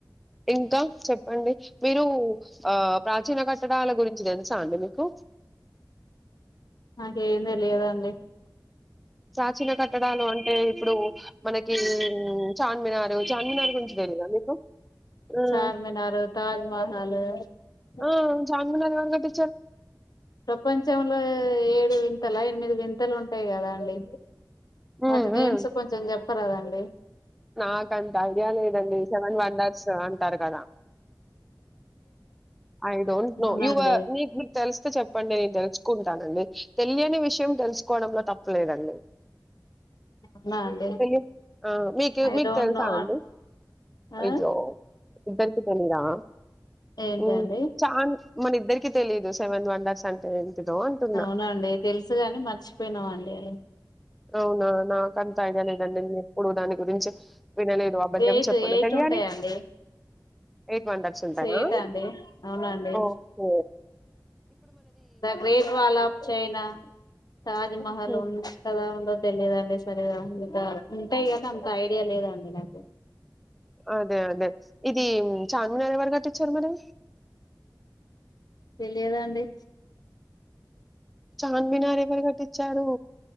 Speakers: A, in the centre; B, on the left (about 65°).
A: ఇంకా చెప్ అండి మీరు ఆ ప్రాచీన కట్టడాల గురించి తెలుసా అండి మీకు
B: నాకేం తెలియదండి
A: ప్రాచీన కట్టడాలు అంటే ఇప్పుడు మనకి మ్ చార్మినార్ చార్మినార్ గురించి తెలీదా మీకు హ్మ్..
B: చార్మినార్ తాజ్మహల్
A: ఆ చార్మినార్ ఎవరు కట్టి
B: ప్రపంచంలో ఏడు వింతలా ఎనిమిది వింతలు ఉంటాయి గదా అండి
A: హ్మ్.
B: వాటి
A: హ్మ్.
B: నేమ్స్ కొంచెం చెప్ ప్పారాదండి
A: నాకంత ఐడియా లేదండి సెవెన్ వండర్స్ అం టారు కదా ఐ డోంట్
B: అవునండి
A: నో యువర్ మిక్ మీకు తెలిస్తే చెప్పండి నేను తెలుసుకుం తనని తెలియని విషయం తెలుసుకోవడంలో తప్పలేదండి.
B: అవునా అండి
A: తెలిద్ హ మీక్
B: ఐ
A: మీకు
B: డోంట్
A: తెలుసా
B: నో
A: అండి,
B: ఆ
A: అయ్యో ఇద్దరికి తెలిదా
B: ఏంటండి
A: మ్ చా మనిద్ద ఇద్దరికి తెలీదు సెవెన్ వండర్స్ అంటే ఏంటిదో అంటున్నా
B: అవునండి తెలుసు కాని, మర్చిపోయినామండి
A: అవునా నాక్ కంతా ఐడియా లెదండి మి ఇప్పుడు దాని గురించి వినలేదు అబద్దం
B: ఎయిట్
A: చెప్పను
B: ఎయిట్
A: తెలియాలి,
B: ఉంటాయండి
A: ఎయిట్ వండర్స్ ఉంటాయా
B: ఎయిట్ అండి అవునండి
A: ఓహొ
B: the great wall of China తాజ్మహల్
A: ఉహు,
B: ఉంటద ఉండద్ తెలిదండి సరిగా ఇంకా ఉంటాయి కని అంత ఐడియా లేదండి నాకు
A: అదే అదే ఇది చార్మినారు ఎవరు కట్టించారు మరి
B: తేలియదాండి
A: చార్మినార్ ఎవరు కట్ ట్టించారు